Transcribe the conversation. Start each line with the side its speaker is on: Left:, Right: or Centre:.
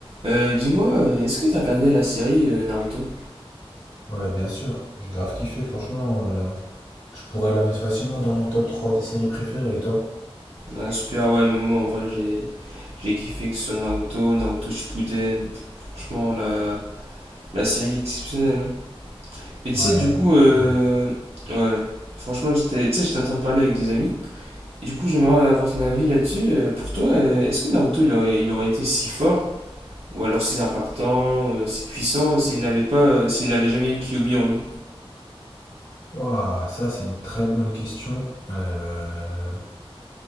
Right: Euh, dis-moi, euh, est-ce que t'as regardé la série euh, Naruto?
Left: Ouais, bien sûr. J'ai grave kiffé, franchement. euh, je pourrais la mettre facilement dans mon top 3 des séries préférées, et toi?
Right: Ah, super, ouais, mais moi en vrai j'ai j'ai kiffé que ce soit Naruto, Naruto Shippuden. Franchement, la, la série est exceptionnelle. hein. Mais tu
Left: Ouais,
Right: sais, du coup,
Left: exceptionnel.
Right: euh, ouais, franchement, j'étais tu sais, j'étais en train de parler avec des amis. Et du coup, j'aimerais avoir ton avis là-dessus. Euh, pour toi, euh, est-ce que Naruto il aurait, il aurait été si fort, ou alors si impactant, euh, si puissant, s'il n'avait pas, euh, s'il n'avait jamais eu Kyuubi en lui?
Left: Ouah, ça c'est une très bonne question. Euh,